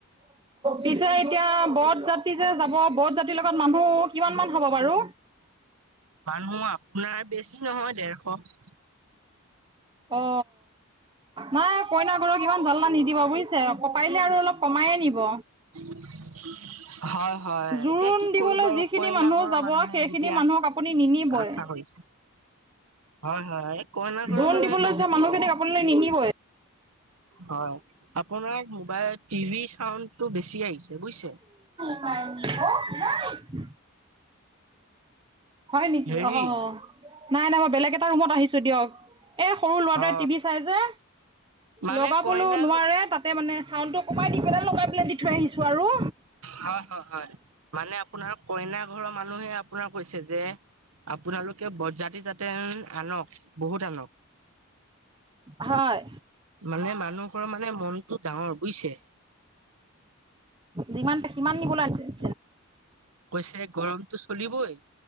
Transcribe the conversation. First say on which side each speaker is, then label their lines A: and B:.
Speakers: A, on the right; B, on the right.
A: পিছে এতিয়া বৰত যাত্ৰী যে যাব, বৰত যাত্ৰীৰ লগত মানুহ কিমান মান হ'ব বাৰু
B: মানুহ আপোনাৰ বেছি নহয় দেৰশ।
A: অ'। নাই কইনাঘৰক ইমান জাললা নিদিব বুজিছে? পাৰিলে আৰু অলপ। কমাইয়ে নিব।
B: <unintelligible> হয় হয়,
A: জোৰোণ
B: এতিয়া কি
A: দিবলৈ
B: কৰিব আৰু!
A: যিখিনি
B: কইনা
A: মানুহ
B: ঘৰৰ
A: যাব
B: মানুহে
A: সেইখিনি
B: যেতিয়া
A: মানুহক আপুনি নিনিবই
B: আশা কৰিছে। হয় হয়, কইনা ঘৰৰ
A: জোৰোণ
B: মানুহে
A: দিবলৈ
B: কৈছে
A: যোৱা মানুহখিনিক
B: বুজিছে!
A: আপোনালোকে নিনিবই
B: হয়, আপোনাৰ মোবাইলত টিভিৰ চাউণ্ডটো বেছি আহিছে বুজিছে!
A: <unintelligible> হয় নেকি?
B: হেৰি
A: অ', নাই নাই মই বেলেগ এটা ৰুমত আহিছো দিয়ক। এ সৰু ল'ৰাটোৱে
B: অ
A: টিভি চাই যে।
B: মানে
A: লগাবলৈও
B: কইনা
A: নোৱাৰে, তাতে মানে চাউণ্ডটো কমাই দি পেলাই, লগাই পেলাই দি থৈ আহিছো আৰু!
B: হয় হয় হয়। মানে আপোনাৰ কইনা ঘৰৰ মানুহে আপোনাৰ কৈছে যে আপোনালোকে বৰযাত্ৰী যাতে আনক। বহুত আনক।
A: হয়।
B: মানে মানুহঘৰৰ মানে মনটো ডাঙৰ। বুজিছে?
A: যিমান, সিমান নিবলে আহিছে।
B: <unintelligible> কৈছে গৰমটো চলিবই,